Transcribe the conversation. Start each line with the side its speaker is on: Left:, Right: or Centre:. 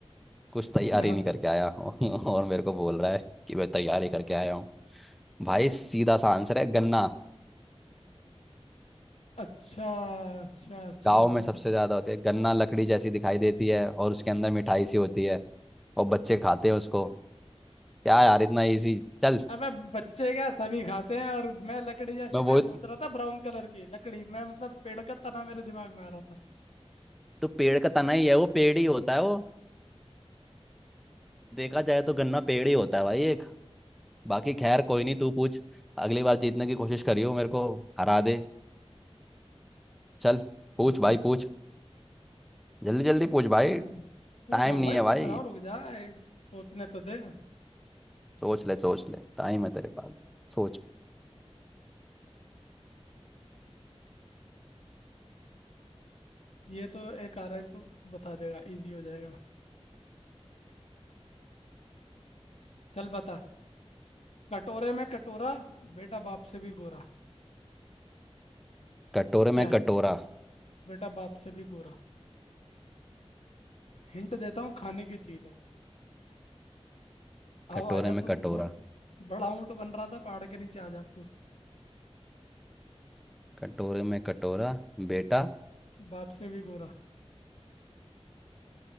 Centre: कुछ तैयारी
Left: <laughs>
Centre: नहीं करके आया <laughs> और मेरे को बोल रहा है कि मैं तैयारी करके आया हूँ भाई सीधा सा आंसर है गन्ना
Left: अच्छा अच्छा अच्छा
Centre: गांव
Left: अच्छा
Centre: में सबसे ज्यादा होते हैं गन्ना लकड़ी जैसी दिखाई देती है और उसके अंदर मिठाई सी होती है और बच्चे खाते हैं उसको क्या यार इतना इजी चल
Left: अबे बच्चे क्या सभी खाते हैं और मैं लकड़ी जैसी
Centre: मैं वो
Left: मैं सोच रहा था ब्राउन कलर की लकड़ी मैं मतलब पेड़ का तना मेरे दिमाग में आ रहा था
Centre: तो पेड़ का तना ही है वो पेड़ ही होता है वो देखा जाए तो गन्ना पेड़ ही होता है भाई एक बाकी खैर कोई नहीं तू पूछ अगली बार जीतने की कोशिश करियो मेरे को हरा दे चल पूछ
Left: ठीक
Centre: भाई
Left: है
Centre: पूछ जल्दी जल्दी पूछ भाई
Left: हम्म, पूछ
Centre: टाइम
Left: रहा हूँ
Centre: नहीं
Left: भाई
Centre: है
Left: पूछ
Centre: भाई
Left: रहा हूँ रुक जा एक सोचने तो दे
Centre: सोच ले सोच ले टाइम है तेरे पास सोच
Left: ये तो एक आ रहा है तो तू बता देगा इजी हो जाएगा चल बता कटोरे में कटोरा बेटा बाप से भी गोरा
Centre: कटोरे
Left: क्या
Centre: में
Left: है
Centre: कटोरा
Left: बेटा बाप से भी गोरा हिंट देता हूँ खाने की चीज है अब
Centre: कटोरे
Left: आजा
Centre: में
Left: तू
Centre: कटोरा
Left: ऊँट बड़ा ऊँट बन रहा था पहाड़ के नीचे आ जा अब तू
Centre: कटोरे में कटोरा बेटा
Left: बाप से भी गोरा